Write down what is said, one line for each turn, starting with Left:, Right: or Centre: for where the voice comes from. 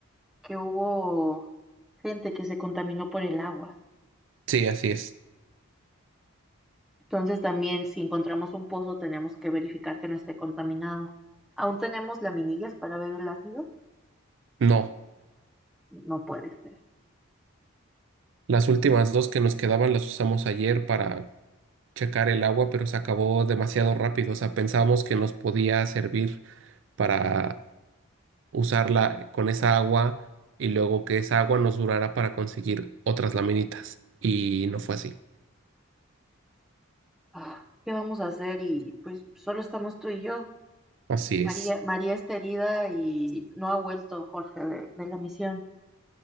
Centre: que hubo gente que se contaminó por el agua.
Right: Sí, así es.
Centre: Entonces también si encontramos un pozo tenemos que verificar que no esté contaminado. ¿Aún tenemos laminillas para ver el ácido?
Right: No,
Centre: No puede ser.
Right: las últimas dos que nos quedaban las usamos ayer para checar el agua, pero se acabó demasiado rápido. O sea, pensábamos que nos podía servir para usarla con esa agua y luego que esa agua nos durara para conseguir otras laminitas. Y no fue así.
Centre: Ah, ¿Qué vamos a hacer? Y pues solo estamos tú y yo.
Right: Así es.
Centre: María, María está herida y no ha vuelto Jorge de, de la misión.